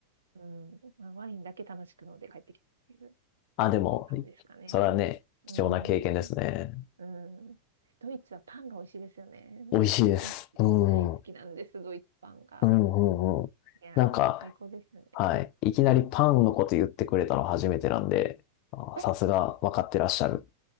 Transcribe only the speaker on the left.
あ、でも、
それはね、
貴重な経験ですね。
美味しいです。
うん。うん、
うん、うん。
なんか、
はい。いきなりパンのこと言ってくれたの初めてなんで、あーさすが分かってらっしゃる。